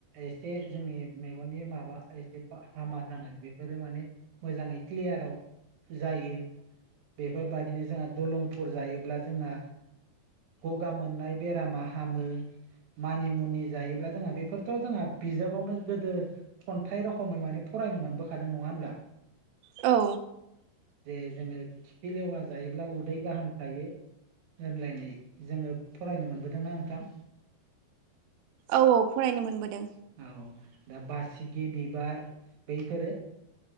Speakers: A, on the right; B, on the right.
A: एसे जोंनि मेगननि माबा एसे हामा जानाय बेफोरो माने मोजाङै क्लियाराव जायो बेफोरबादिनो जोंहा दलं ुफुर जायोब्ला जोंहा गगा मोननाय बेरामा हामो मानि मुनि जायोब्ला जोंहा बेफोरथ' जोंहा बिजाबावनो गोदो खन्थाइ रोखोमै माने फ रायनो मोनबोखादों नङा होनब्ला?
B: औ
A: जे जोङो खिफि लेवा जायोब्ला उदै गाहाम थायो होनलायनाय जोङो फरायनो मोनबोदोंना नोंथां?
B: औ औ फरायनो मोनबोदों।
A: औ दा बासिगि बिबार बैफोरो